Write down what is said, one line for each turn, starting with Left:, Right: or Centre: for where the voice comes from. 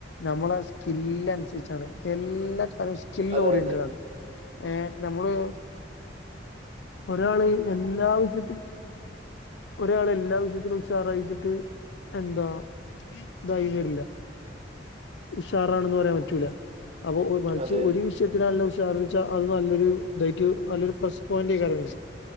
Left: നമ്മളെ സ്കില്ല് അൻസർച്ചാണ് എല്ലാ <unintelligible> സ്കിൽ
Right: അതെ
Left: ഓറിയൻറ്റഡ്
Right: അതെ
Left: ആണ് ഏ നമ്മള്
Right: ഉം
Left: ഒരാള് എല്ലാ വിഷ്യത്തിലും ഒരാള് എല്ലാ വിഷ്യത്തിലും ചാറയ്ച്ചിട്ട് എന്താ ഇതായി <unintelligible> ഉഷാറാണെന്ന്
Right: ഉം
Left: പറയാൻ
Right: ഉം
Left: പറ്റൂല
Right: ഉം
Left: അപ്പൊ മറിച്ച്
Right: അതെ
Left: ഒരു വിക്ഷത്തിനല്ല ഉഷാർച്ചാ അത് നല്ലൊരു ഇതായിട്ട് നല്ലൊരു പ്ലസ് പോയിന്റ <unintelligible>